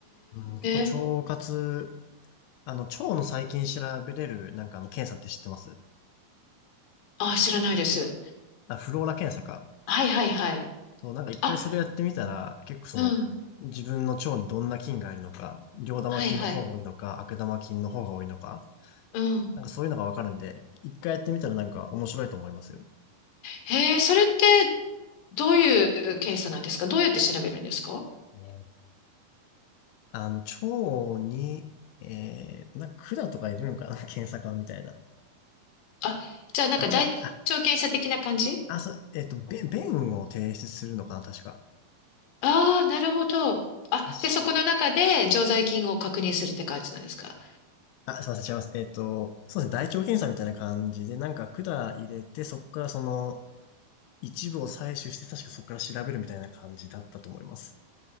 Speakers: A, on the left; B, on the left.
A: うん、結構腸活、
B: え。
A: あの、腸の細菌調べれる、なんかあの、検査って知ってます
B: あ、知らないです。
A: あ、フローラ検査か。
B: はいはいはい。
A: そう、なんか一回それやってみたら、
B: あ、
A: 結構その、
B: うん。
A: 自分の腸にどんな菌がいるのか、両玉菌の方が多いのか、
B: はいはい。
A: 悪玉菌の方が多いのか、
B: うん。
A: なんかそういうのがわかるんで、一回やってみたらなんか面白いと思いますよ。
B: へえ、それってどういう検査なんですかどうやって調べるんですか
A: ねあの、腸に、えー、なんか管とかいるのかな <laughs> 検査官みたいな。
B: あ、じゃあなんか大腸検査的な感じ
A: あ、違う、あ、あ、そう、えっと、べ便を提出するのかな確か。
B: ああー、なるほど。あ、
A: 確か
B: で、そこの中で常在菌を確認するって感じなんですか
A: あ、すいません、違います。えっと、そうですね、大腸検査みたいな感じで、なんか管入れて、そこからその、一部を採取して、確かそこから調べるみたいな感じだったと思います。